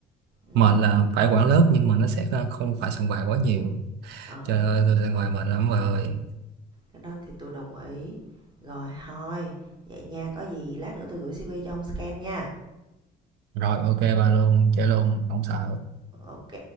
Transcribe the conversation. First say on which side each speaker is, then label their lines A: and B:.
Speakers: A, on the right; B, on the right.
A: Ừ.
B: mệt là phải quản lớp nhưng mà nó sẽ không phải soạn bài quá nhiều
A: Ờ,
B: trời ơi tôi soạn bài mệt lắm bà ơi
A: cái đó thì tôi đồng ý. Rồi thôi, vậy nha, có gì lát nữa tôi gửi CV cho ông scan nha.
B: rồi ok bà luôn chơi luôn không sợ
A: Ok.